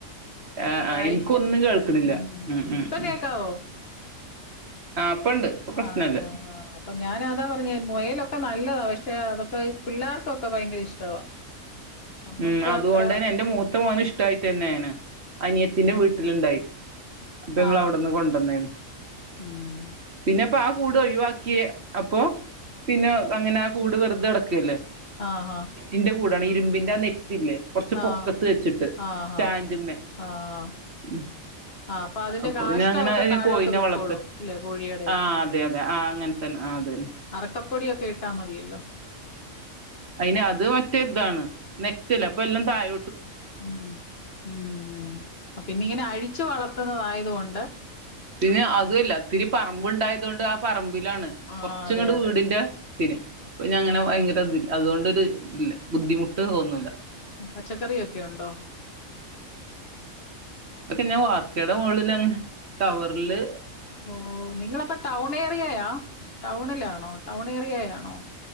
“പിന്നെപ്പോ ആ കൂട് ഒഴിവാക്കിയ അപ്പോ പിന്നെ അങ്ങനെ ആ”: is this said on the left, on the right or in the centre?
Right